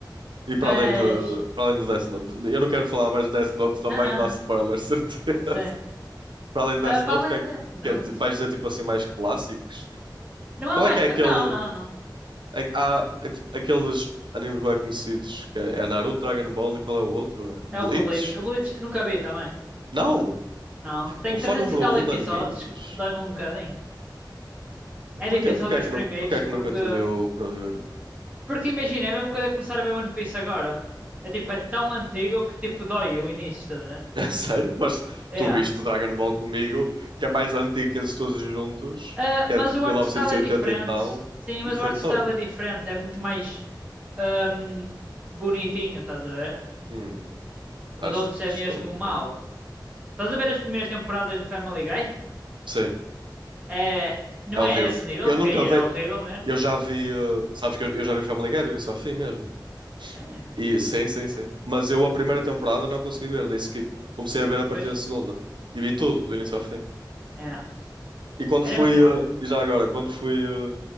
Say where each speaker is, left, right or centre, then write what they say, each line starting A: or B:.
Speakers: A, on the right; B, on the right.
A: E
B: Mas,
A: para além de, para além do Death Note, eu não quero falar mais de Death Note, senão
B: não,
A: vais-me
B: não,
A: dar
B: não.
A: spoilers, <laughs> certeza.
B: Sim.
A: para além de Death
B: Ah, para
A: Note,
B: além
A: que é, que
B: de Death Note.
A: é de- vais dizer tipo assim mais clássicos? Tipo,
B: Não há
A: qual
B: mais.
A: é que é
B: ca-
A: aquele.
B: Não, não, não.
A: É, que há é, tipo, aqueles animes bem conhecidos que é, é Naruto, Dragon Ball e qual é o outro?
B: É
A: Bleach?
B: o Bleach. O Bleach nunca vi também.
A: Não!
B: Não. Tem
A: O fã
B: 300
A: número
B: e tal
A: um
B: episódios.
A: de animes.
B: Dói-me um bocadinho. É
A: Porquê?
B: difícil
A: Porquê
B: ver
A: é que,
B: os
A: nu-
B: primeiros
A: porquê é que nunca
B: porque.
A: te deu para ver? <laughs>
B: Porque imagina, é a mesma coisa começar a ver One Piece agora. É tipo, é tão antigo que tipo dói o início, tá a ver?
A: É sério? Mas
B: É.
A: tu viste Dragon Ball comigo, que é mais antigo que eles todos juntos,
B: Ah,
A: que
B: mas
A: é de
B: o
A: 1980
B: art style é diferente.
A: e oitenta e tal,
B: Sim, mas
A: e foi
B: o art
A: top.
B: style é diferente. É muito mais ahm, bonitinho, estás a ver?
A: Hum, acho
B: Os outros
A: que
B: é
A: estou
B: mesmo
A: a
B: mau.
A: ver.
B: Estás a ver as primeiras temporadas de Family Guy?
A: Sim,
B: É, não
A: é horrível.
B: é esse nível,
A: Eu
B: porque
A: nunca
B: aí era
A: vi.
B: horrível, mesmo.
A: Eu já vi, uh, sabes que eu, eu já vi Family Guy do início ao fim mesmo.
B: Sério?
A: E sim, sim, sim. Mas eu a primeira temporada não consegui ver, dei skip. Comecei a ver a partir
B: Pois.
A: da segunda e vi tudo do início ao fim.
B: É.
A: E quando
B: Era
A: fui,
B: muito mau.
A: uh, e já agora, quando fui uh,